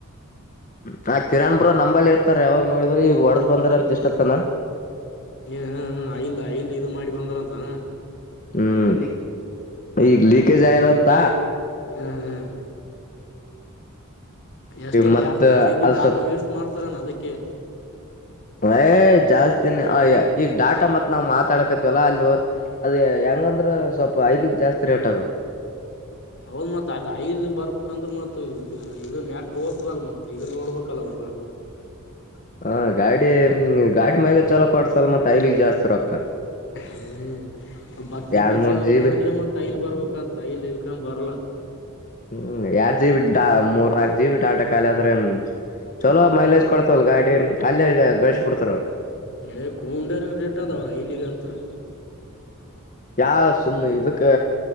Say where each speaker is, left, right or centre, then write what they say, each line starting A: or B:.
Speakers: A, on the left; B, on the left.
A: ಹ ಆ ಕಿರಣ್ ಬ್ರೋ ನಂಬಲ್ಲಿ ಇರ್ತಾರ ಯಾವಾಗ ನೋಡಿದ್ರರು ಈಗ ಒಡ್ದ ಬಂದಾರ ಅಂತ ಇಷ್ಟತ್ತನ.
B: ಹಏ ಹ ಐಲ್ಲ್ ಆಇಲ್ಲಿ ಇದು ಮಾಡಿ ಬಂದಾರಂತಾನ.
A: ಹ್ಮ್ ಈಗ ಲೀಕೇಜ್ ಆಗದಂತ.
B: ಹ್ಮ್ ಹ್ಮ್ ಎಷ್ಟೊಂದ್
A: ಮತ್
B: ಎರಡ್ ಮೂರ್ ಜಿ ಬಿ
A: ಅದ್
B: ಡಾಟಾ
A: ಸ್ವಪ್
B: ವೇಸ್ಟ್ ಮಾಡ್ತಾರೇನ ಅದಕ್ಕೆ.
A: ಯ ಜಾಸ್ತಿನೆ ಅ ಈಗ ಡಾಟಾ ಮತ್ ನಾವ್ ಮಾತಾಡಕತಿವಲ್ಲ ಅಲ್ಲಿ ಹೋ ಅದ ಹೆಂಗ. ಅಂದ್ರ ಸ್ವಲ್ಪ ಅಯಿಲ್ ಜಾಸ್ತಿ ರೇಟ್ ಅದು.
B: ಹ ಹೌದ್ ಮತ್ ಅದ್ ಐಲ್ ಬರ್ಬೇಕಂದ್ರ ಮತ್ತ್ ಇದು ಇದು ನೆಟ್ ಓತುದಲ್ ಮತ್ ಇದ ನೋಡ್ಬೇಕಲ್ ಅವ್ರು. ಹ
A: ಹ ಗಾಡಿಂ ಗಾಡಿ ಮೈಲೇಜ್ ಚಲೋ ಕೊಡ್ತದಲ ಮತ್ತ್ ಆಯಿಲೀಗೆ ಜಾಸ್ತಿ ರೋಕ್ಕ.
B: ಹ್ಮ್ ಭಕ್ತಿ
A: ಎರಡ್
B: ಪಿಕ್ಚರ್
A: ಮೂರ್
B: ಅವ
A: ಜಿ
B: ನೋಡಿದ್ರೆ
A: ಬಿ
B: ಮತ್ತ್ ಆಯಿಲ್ಲ್ ಬರ್ಬೇಕು. ಅಕ್ಕ ತೈಲ್ ಇಲ್ಕ ಬರ್ಶಲ್ಲ.
A: ಹ್ಮ್ ಎಡ್ ಜಿ ಬಿ ಡಾ ಮೂರ್ ನಾಕ್ ಜಿ ಬಿ ಡಾಟಾ ಖಾಲಿ ಆದ್ರೇನ್. ಚಲೋ ಮೈಲೇಜ್ ಕೊಡ್ತವಲ್ ಗಾಡಿ ಅಲ್ಲೇ ಗಳಿಸಿ ಬಿಡ್ತಾರ.
B: ಇ ಕೂಂಡರಂಗ ರೇಟ್ ಅದಾವ್ರ ಇಲ್ಲಿಗ ಅಂತರ್.
A: ಯಾವ ಸುಮ್ಮ್ನೆ ಇದಕ್ಕ